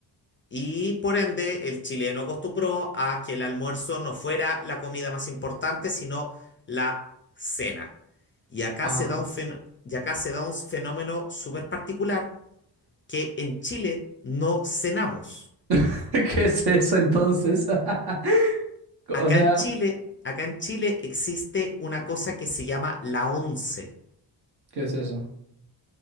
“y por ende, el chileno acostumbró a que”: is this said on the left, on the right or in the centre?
Left